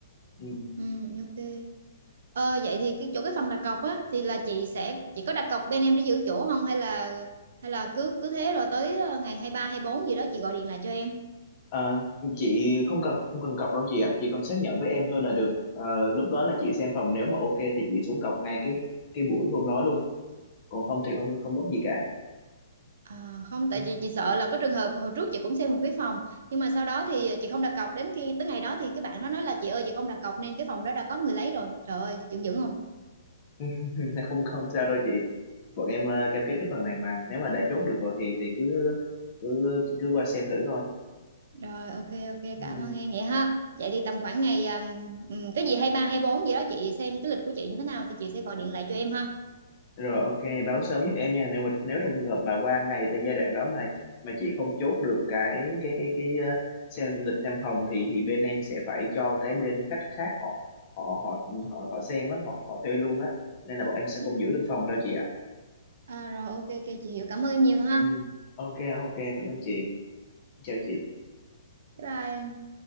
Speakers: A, on the left; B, on the right.
A: Ừ.
B: ừm, ok. Ờ, vậy thì cái chỗ cái phần đặt cọc á thì là chị sẽ chị có đặt cọc bên em để giữ chỗ không hay là hay là cứ cứ thế rồi tới ờ, ngày hai ba hai bốn gì đó chị gọi điện lại cho em.
A: Ờ, chị không cần không cần cọc đâu chị ạ Chị còn xác nhận với em thôi là được Ờ, lúc đó là chị xem phòng nếu mà ok thì chị xuống cọc ngay cái cái buổi hôm đó luôn còn không thì không không mất gì cả
B: À, không tại
A: Ừ.
B: chị chị sợ là có trường hợp hồi trước chị cũng xem một cái phòng nhưng mà sau đó thì chị không đặt cọc đến khi tới ngày đó thì cái bạn nó nói là chị ơi chị không đặt cọc nên cái phòng đó đã có người lấy rồi. Trời ơi, dựng dữ không?
A: <laughs> không không sao đâu chị bọn em ờ, cam kết cái phần này mà nếu mà đã chốt được rồi thì thì cứ cứ cứ qua xem thử thôi
B: Rồi ok ok
A: Ừ.
B: cảm ơn em vậy ha. Vậy thì tầm khoảng ngày um, ừm, cái gì hai ba hai bốn gì đó chị xem cái lịch của chị như thế nào thì chị sẽ gọi điện lại cho em ha.
A: Rồi ok, báo sớm giúp em nha. Nếu mà nếu trong trường hợp bà qua ngày thời giai đoạn đó mà mà chị không chốt được cái cái cái cái ờ, xem lịch xem phòng thì thì bên em sẽ phải cho cái bên khách khác họ họ họ họ họ xem á, hoặc họ thuê luôn á. Nên là bọn em sẽ
B: Ừ.
A: không giữ được phòng đâu chị ạ.
B: À, rồi ok ok chị hiểu cảm ơn em nhiều ha.
A: Ừ. Ok ok, cảm ơn chị. Chào chị.
B: Bye bye.